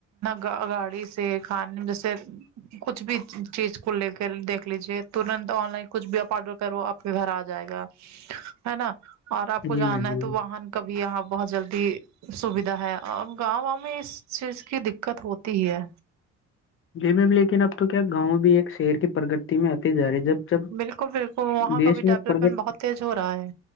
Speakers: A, on the right (about 65°); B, on the left (about 45°).
A: گاڑی سے کھانے میں جیسے کچھ بھی چیز کو لے کر دیکھ لیجے ترنت آن لائن کچھ بھی آپ آرڈر کرو آپ کے گھر آ جائے گا ہے نا <unintelligible> اور آپ کو
B: جی
A: جانا
B: میم بالکل
A: ہے تو واہن کبھی آپ بہت جلدی سویدھا ہے اور گاؤں گاؤں میں اس چیز کی دقت ہوتی ہی ہے
B: جی میم لیکن اب تو کیا گاؤں بھی ایک شہر کی پرگت میں آتے جا رہ جب جب
A: بالکل بالکل وہاں
B: دیش
A: کا بھی
B: میں
A: ڈیولپمنٹ
B: پرگت
A: بہت تیز ہو رہا ہے